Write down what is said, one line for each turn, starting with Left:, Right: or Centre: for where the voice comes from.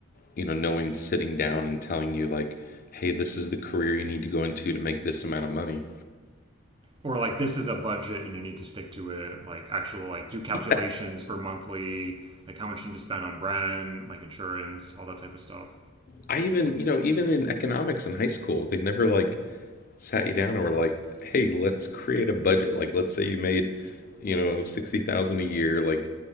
Left: you know, no one's sitting down and telling you like, hey, this is the career you need to go into to make this amount of money.
Right: Or like this is a budget and you need to stick to it. Like actual like do calculations
Left: <laughs> Yes.
Right: for monthly like how much you need to spend on rent, like insurance, all that type of stuff.
Left: I even, you know, even in economics in high school, they never like sat you down and were like, "Hey, let's create a budget. Like, let's say you made, you know, sixty thousand a year. Like,